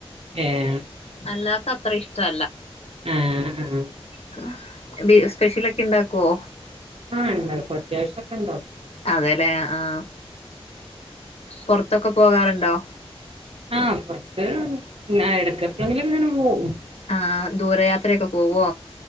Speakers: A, on the right; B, on the left.
A: ഏഹ്
B: അല്ലാത്ത അത്ര ഇഷ്ടല്ല
A: ആഹ് ആഹ്
B: <unintelligible> ഉണ്ടാക്കുവോ
A: ആ് ഉണ്ടപ്പ അത്യാവശ്യം ഒക്കെ ഉണ്ട
B: അതെല്ലേ ആഹ പുറത്തൊക്കെ പോകാറുണ്ടോ
A: ആഹ പുറത്ത്ടക്ക എപ്പഴെങ്കിലും ഇങ്ങനെ പോും
B: ആഹ ദൂരെ യാത്രയൊക്കെ പോവോ